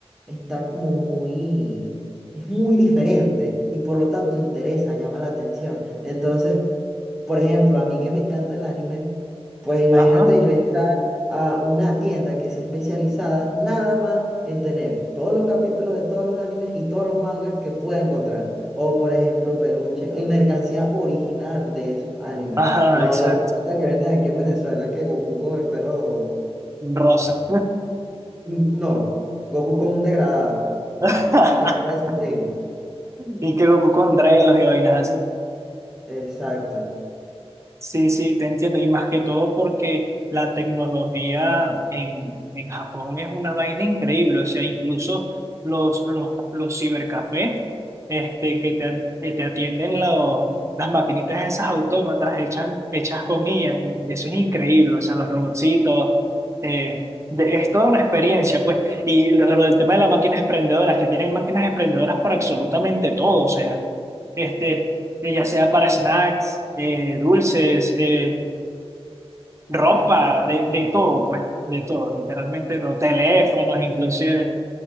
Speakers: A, in the centre; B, on the right.
A: está como muy, es muy diferente y por lo tanto interesa, llama la atención. Entonces, por ejemplo, a mí que me encanta el anime, pues imagínate
B: Ajá.
A: yo entrar a una tienda que sea especializada nada más en tener todos los capítulos de todos los animes y todos los mangas que pueda encontrar. O por ejemplo, peluche y mercancía original de esos animes.
B: Ajá,
A: No
B: exacto.
A: la plata que venden aquí en Venezuela, que Goku con el pelo...
B: Rosa.
A: mm, No, Goku con un degradado
B: <laughs>
A: y Capitán de su primo.
B: Y que Goku con drelos y vainas así.
A: Exacto.
B: Sí, sí, te entiendo. Y más que todo porque la tecnología en, en Japón es una vaina increíble. O sea, incluso los, los, los cibercafés este, que te, que te atienden los, las maquinitas esas autómatas hechas, hechas con IA. y Eso es increíble. O sea, los robotcitos. eh, de- es toda una experiencia, pues. Y lo, lo del tema de las máquinas expendedoras, que tienen máquinas expendedoras para absolutamente todo. O sea. Este, eh, ya sea para snacks, eh, dulces, eh, ropa, de, de todo, pues, de todo, literalmente, los teléfonos inclusive,